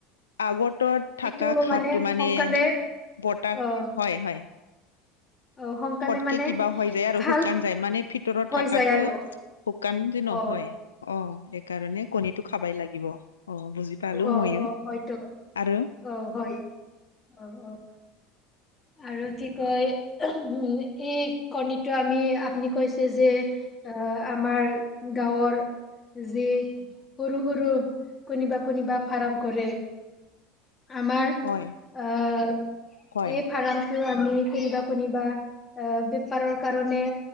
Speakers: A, on the left; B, on the left.
A: আগৰটোত থাকা
B: এইটো
A: ঘাটো মানে,
B: সোনকালে
A: বতাত
B: অ
A: হয়, হয়।
B: অ সোনকালে
A: ফটকে
B: মানে
A: কিবা হৈ যায় আৰু
B: ভাল
A: শুকাই যায় মানে ভিতৰত
B: হৈ
A: থাকাটো
B: যায় আৰু
A: শুকান যে নহয়
B: অ
A: অ', সেইকাৰণে কণীটো খাবাই লাগিব। অ', বুজি পালো
B: অ
A: ময়ো
B: অ হয়তো
A: আৰু
B: অ', হয়' অ, ' অ', আৰু কি কয় উম, এই কণীটো আমি আপুনি কৈছে যে অহ, আমাৰ গাঁৱৰ যি সৰু সৰু কোনিবা কোনিবা ফাৰাৰ্ম কৰে আমাৰ অ',
A: হয় হয়
B: সেই ফাৰাৰ্ম টো আমি কোনিবা কোনিবা অ', বেপাৰৰ কাৰণে